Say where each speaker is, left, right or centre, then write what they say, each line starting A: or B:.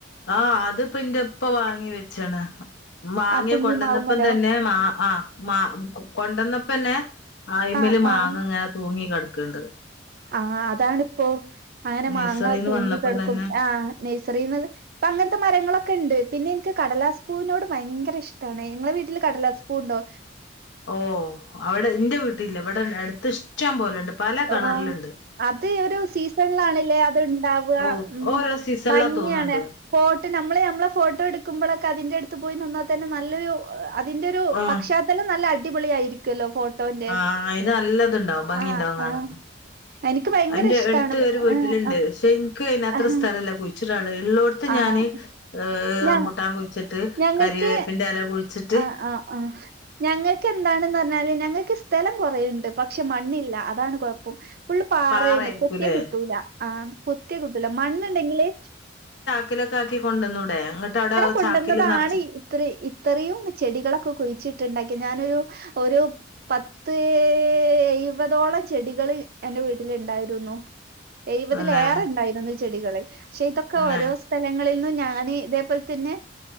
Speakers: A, on the left (about 65°); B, on the right (about 55°).
A: ആഹ് അത്പ്പൻ്റെപ്പ വാങ്ങി വെച്ചണ് വാങ്ങി
B: ആഹ് കുഞ്ഞി
A: കൊണ്ടുവന്നപ്പോ
B: മാവുമ്മലോ
A: തന്നെ മാ ആഹ് മാ കൊണ്ടന്നപ്പോ തന്നെ ആയുമേല്
B: ആഹ്
A: മാങ്ങ
B: ആഹ്
A: ഇങ്ങനെ തൂങ്ങി കിടക്കണ്ട്.
B: ആഹ് അതാണിപ്പോ അങ്ങനെ
A: നഴ്സറിന്ന്
B: മാങ്ങ തൂങ്ങി
A: വന്നപ്പം
B: കിടക്കും.
A: തന്നെ
B: ആഹ് നെഴ്സറീന്ന് അത് ഇപ്പൊ അങ്ങനത്തെ മരങ്ങളൊക്കെ ഉണ്ട് പിന്നെ എനിക്ക് കടലാസ്പൂവിനോട് ഭയങ്കര ഇഷ്ടാണ് ഇങ്ങളെ വീട്ടില് കടലാസ്പൂ ഉണ്ടോ
A: ഓഹ് അവിടെ എൻ്റെ വീട്ടിലില്ല ഇവിടെ അടുത്ത് ടം പോലുണ്ട് പല കളറിലുണ്ട്.
B: ആഹ് അത് ഒരു സീസണിലാണല്ലേ അത് ഉണ്ടാവാ
A: ഓ ഓരോ സീസണിലാ
B: ഭംഗിയാണ്.
A: തോന്നുന്നുണ്ട്
B: ഫോട്ടോ നമ്മള് നമ്മളെ ഫോട്ടോ എടുക്കുമ്പോളൊക്കെ അതിന്റെടുത്ത് പോയി നിന്നാൽ തന്നെ നല്ലൊരു അതിന്റെ ഒരു
A: ഓ
B: പശ്ചാത്തലം നല്ല അടിപൊളി ആയിരിക്കുവല്ലോ ഫോട്ടോന്റെ.
A: ആ അയിന് നല്ല ഇതിണ്ടാവും ഭംഗിയുണ്ടാവും
B: ആഹ്
A: കാണാൻ
B: ആഹ് എനിക്ക് ഭയങ്കര
A: അതിന്റെ
B: ഇഷ്ടാണ്
A: അടുത്ത് ഒരു വീട്ടിലുണ്ട്
B: ആഹ്
A: പക്ഷെ എനിക്ക് അത്ര
B: ആഹ്
A: സ്ഥലല്ല കുഴിച്ചിടാനുള്ളത് ഉള്ളോ ത്ത്
B: ആണോ
A: ഞാന് ഈഹ്,
B: ഞ
A: റംമ്പൂട്ടാൻ കുയിച്ചിട്ട്
B: ഞങ്ങൾക്ക്
A: കറിവേപ്പിന്റെ എല കുഴിച്ചി
B: ആഹ് ആഹ് ആഹ് ഞങ്ങ ക്കെന്താണ്ന്ന് പറഞ്ഞാല് ഞങ്ങൾക്ക് സ്ഥലം കൊറേയ്ണ്ട്, പക്ഷെ മണ്ണില്ല. അതാണ് കൊഴ പ്പം. ഫുളള് പാറയാണ്,
A: പാറായിരിക്കൂല്ലേ
B: കൊത്തിയാ കിട്ടൂല, ആഹ് കൊത്തിയാ കിട്ടൂല. മണ്ണ്ണ്ടെങ്കില്
A: ക്കിലൊക്കെ ആക്കി കൊണ്ടുവന്നൂടെ. എന്നിട്ടവിടെ
B: കൊണ്ടുവന്നതാണ്
A: ചാക്കില് നെറച്ച്
B: ഇത്ര ഇത്രയും ചെടികളൊക്കെ കുഴിച്ചിട്ടുണ്ടാക്കി ഞാനൊരു ഒരു പത്ത് എയുവതോളം ചെടികള് എൻ്റെ വീട്ടില്ണ്ടായിരുന്നു. എയുവതിലേറെ
A: തന്നെ
B: ഇണ്ടായിരുന്നു ചെടികള്. പശ്ശെ ഇതൊക്കെ
A: തന്നെ
B: ഓരോ സ്ഥലങ്ങളില് നിന്നും ഞാന് ഇതേപോലെ തന്നെ